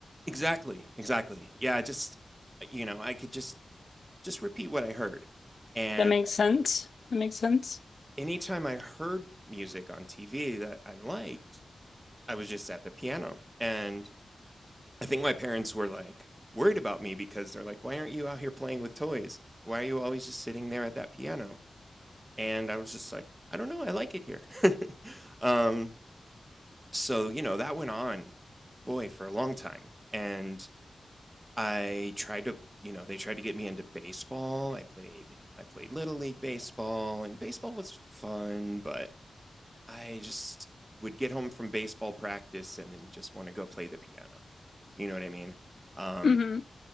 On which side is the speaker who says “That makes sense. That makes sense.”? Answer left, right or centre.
Left